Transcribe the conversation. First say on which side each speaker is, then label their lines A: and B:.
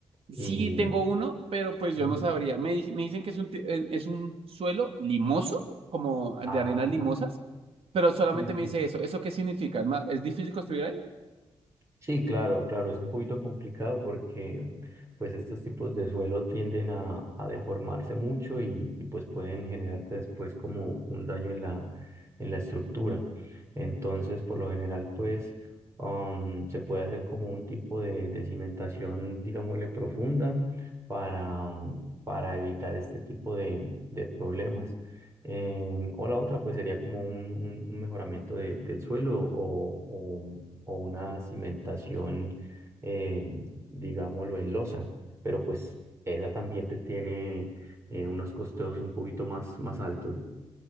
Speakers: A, on the right; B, on the right.
A: Sí
B: Y,
A: tengo uno, pero pues yo
B: Ujú.
A: no sabría. Me, di- me dicen que es un, ti- eh, es un suelo limoso, como
B: ajá,
A: de arenas limosas, pero solamente
B: Sí,
A: me dice
B: sí.
A: eso. ¿Eso qué significa? ¿Es, ma- es difícil construir ahí?
B: Sí, claro, claro, es un poquito complicado porque pues estos tipos de suelo tienden a, a deformarse mucho y, y, pues pueden generarte después como un daño en la, en la estructura. Entonces, por lo general, pues um, se puede hacer como un tipo de, de cimentación, digámosle, profunda para, um, para evitar este tipo de, de problemas. Em, o la otra, pues sería como un, un- un mejoramiento de- del suelo o, o o una cimentación, eh, digámoslo, en losa, pero pues esa también te tiene eh, unos costeos un poquito más, más altos.